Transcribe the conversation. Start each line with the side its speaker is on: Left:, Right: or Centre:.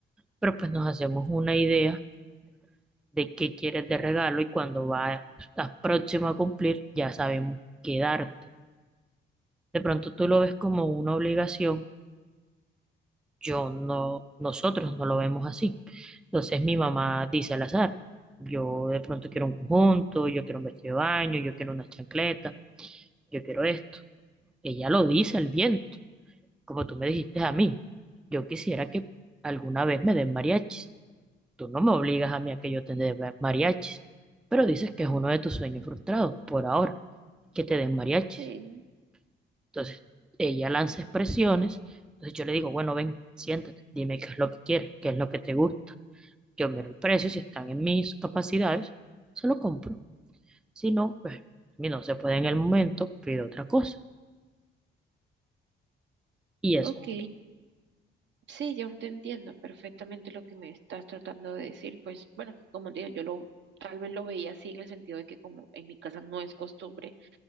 Centre: pero pues nos hacemos una idea de qué quieres de regalo y cuando va, estás próximo a cumplir, ya sabemos qué darte. De pronto tú lo ves como una obligación, yo no, nosotros no lo vemos así. Entonces mi mamá dice al azar, yo de pronto quiero un conjunto, yo quiero un vestido de baño, yo quiero una chancleta, yo quiero esto. Ella lo dice al viento como tú me dijiste a mí, yo quisiera que alguna vez me den mariachis. Tú no me obligas a mí a que yo te dé ma- mariachis, pero dices que es uno de tus sueños frustrados por ahora, que te den mariachis.
Right: Sí,
Centre: Entonces, ella lanza expresiones, entonces yo le digo, bueno, ven, siéntate, dime qué es lo que quieres, qué es lo que te gusta. Yo miro el precio, si están en mis capacidades, se lo compro. Si no, pues, a mí no se puede en el momento, pido otra cosa. Y eso
Right: ok. Sí, yo te entiendo perfectamente lo que me estás tratando de decir. Pues bueno, como te digo, yo lo, tal vez lo veía así en el sentido de que como en mi casa no es costumbre